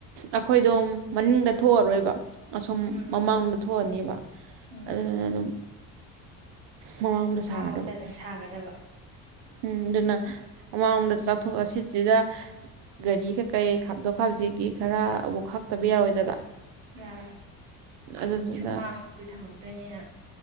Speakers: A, on the right (about 65°); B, on the right (about 80°).
A: ꯑꯩꯈꯣꯏꯗꯣ ꯃꯅꯤꯡꯗ ꯊꯣꯛꯑꯔꯣꯏꯕ ꯑꯁꯨꯝ
B: ꯎꯝ
A: ꯃꯃꯥꯡꯗ
B: ꯎꯝ
A: ꯊꯣꯛꯑꯅꯦꯕ
B: ꯎꯝ
A: ꯑꯗꯨꯗꯨꯅ ꯑꯗꯨꯝ ꯃꯃꯥꯡꯗ
B: ꯃꯃꯥꯡꯂꯣꯝꯗ
A: ꯁꯥꯥꯟꯒꯗꯕ
B: ꯑꯗꯨꯝ ꯁꯥꯒꯗꯕ
A: ꯎꯝ ꯑꯗꯨꯅ ꯑ ꯆ ꯆꯥꯎꯊꯣꯛ ꯆꯠꯁꯤꯟꯁꯤꯗ ꯒꯥꯔꯤ ꯀꯩꯀꯩ ꯈꯥꯞꯗꯣꯛ ꯈꯥꯞꯖꯤꯤꯟꯒꯤ ꯈꯔꯕꯨ ꯈꯛꯇꯕ ꯌꯥꯔꯣꯏꯗꯅ
B: ꯌꯥꯔꯣꯏ
A: ꯑꯗꯨꯗꯨꯅ
B: ꯁꯨꯃꯥꯡꯗ ꯊꯝꯃꯛꯇꯣꯏꯅꯤꯅ